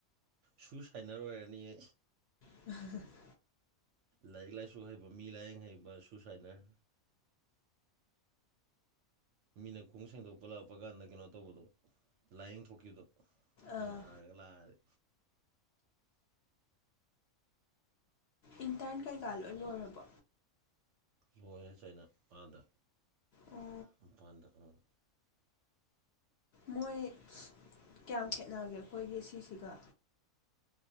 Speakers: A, on the right; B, on the left.
A: ꯁꯨ ꯁꯥꯏꯅꯔ ꯑꯣꯏꯔꯅꯤꯌꯦ
B: <inaudible>
A: ꯂꯥꯏꯔꯤꯛ ꯂꯥꯏꯁꯨ ꯍꯩꯕ ꯃꯤ ꯂꯥꯏꯌꯦꯡ ꯍꯩꯕ ꯁꯨꯁꯥꯏꯅꯔ ꯃꯤꯅ ꯈꯨꯉꯨꯞ ꯁꯦꯡꯗꯣꯛꯄ ꯂꯥꯛꯄ ꯀꯥꯟꯗ ꯀꯩꯅꯣ ꯇꯧꯕꯗꯣ ꯂꯥꯏꯌꯦꯡ ꯊꯣꯛꯈꯤꯕꯗꯣ
B: ꯑꯥ
A: ꯅꯔꯥꯒꯥ ꯂꯥꯛꯑꯗꯤ
B: ꯏꯟꯇꯔꯟ ꯀꯩꯀꯥ ꯂꯣꯏ ꯂꯣꯏꯔꯕꯣ
A: ꯂꯣꯏꯔꯦ ꯆꯩꯩꯅ ꯑꯥꯗ
B: ꯑꯣ
A: ꯃꯄꯥꯟꯗ ꯑꯥ
B: ꯃꯣꯏ ꯀꯌꯥꯝ ꯈꯦꯠꯅꯒꯦ ꯑꯩꯈꯣꯏꯒꯤ ꯁꯤꯁꯤꯒ